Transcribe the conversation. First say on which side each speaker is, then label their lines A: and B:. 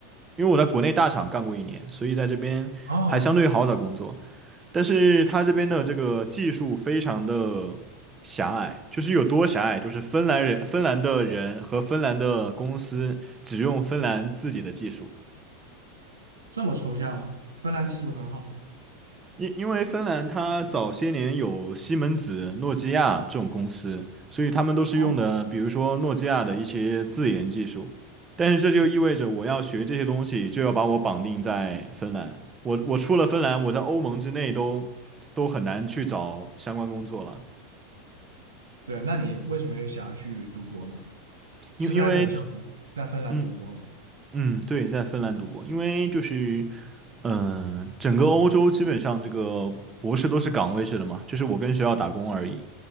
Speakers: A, on the right; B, on the right.
A: 因为我在国内大厂干过一年，所以在这边还相对好找工作。
B: 哦，
A: 但是它这边的这个技术非常的狭隘，就是有多狭隘，就是芬兰人、芬兰的人和芬兰的公司只用芬兰自己的技术，
B: 这么抽象吗？芬兰技术很好吗？
A: 因因为芬兰它早些年有西门子、诺基亚这种公司，所以他们都是用的，
B: 哦，
A: 比如说诺基亚的一些自研技术，但是这就意味着我要学这些东西，就要把我绑定在芬兰，我我出了芬兰，我在欧盟之内都都很难去找相关工作了。
B: 对，那你为什么又想要去读博呢？
A: 因因为
B: 是在本校读，在芬兰读博吗？
A: 嗯嗯，对，在芬兰读博，因为就是，嗯、整个欧洲基本上这个博士都是岗位制的嘛，就是我跟学校打工而已。